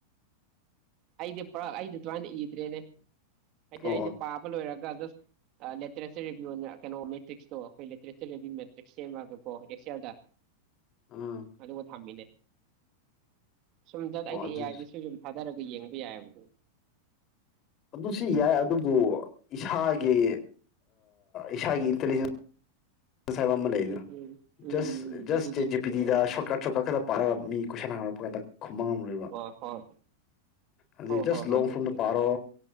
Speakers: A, on the right; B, on the left.
A: ꯑꯗꯤ ꯄꯨꯔ ꯑꯩꯗꯤ ꯇꯋꯥꯅ ꯏꯗ꯭ꯔꯦꯅꯦ ꯍꯥꯏꯗꯤ
B: ꯑꯣ
A: ꯑꯩꯗꯤ ꯄꯥꯕ ꯂꯣꯏꯔꯒ ꯖꯁ ꯂꯤꯇꯔꯦꯆꯔꯚ ꯀꯩꯅꯣ ꯃꯦ꯭ꯛꯁꯇꯣ ꯑꯩꯈꯣꯏ ꯂꯤꯇꯔꯦꯆꯔ ꯑꯈꯣꯏ ꯃꯦꯇ꯭ꯔꯤꯛ ꯁꯦꯝꯃꯒꯦꯀꯣ ꯑꯦꯛꯁꯦꯜꯗ
B: ꯑꯥ
A: ꯑꯗꯨꯒ ꯊꯝꯃꯤꯅꯦ꯫ ꯁꯨꯝꯗ ꯑꯩꯗꯤ
B: ꯑꯣ ꯑꯗꯨ
A: ꯑꯦ ꯑꯥꯏꯗꯁꯨ ꯌꯨꯝ ꯊꯥꯗꯔ ꯌꯦꯡꯕ ꯌꯥꯏꯕ꯫
B: ꯑꯗꯨꯁꯨ ꯌꯥꯏ ꯑꯗꯨꯕꯨ ꯏꯁꯥꯒꯤ ꯏꯁꯥꯒꯤ ꯏꯟꯇꯤꯂꯤꯖꯦꯟꯁ ꯁꯥꯏꯕ ꯑꯃ ꯂꯩꯗꯅꯁ
A: ꯎꯝ ꯎꯝ ꯎꯝ ꯎꯝ ꯎꯝ ꯑꯗꯨꯗꯤ ꯆꯨꯝꯃꯦ
B: ꯖꯤ ꯄꯤ ꯗꯤꯗ
A: ꯑꯣ
B: ꯁꯣꯔꯠꯀꯠ ꯁꯣꯔꯠꯀꯠ ꯄꯥꯔꯒ ꯃꯤ ꯀꯣꯏꯁꯟ ꯍꯥꯡꯂꯛꯄ ꯀꯥꯟꯗ ꯈꯨꯕꯥꯡ ꯉꯝꯂꯣꯏꯕ
A: ꯍꯣꯏ ꯍꯣꯏ
B: ꯑꯗꯩ
A: ꯍꯣꯏ
B: ꯖꯁ
A: ꯍꯣꯏ ꯍꯣꯏ
B: ꯂꯣꯡ
A: ꯑꯗꯨꯕꯨꯗꯤ
B: ꯐ꯭ꯔꯣꯝ ꯗ ꯄꯥꯔꯣ
A: ꯎꯝ ꯎꯝ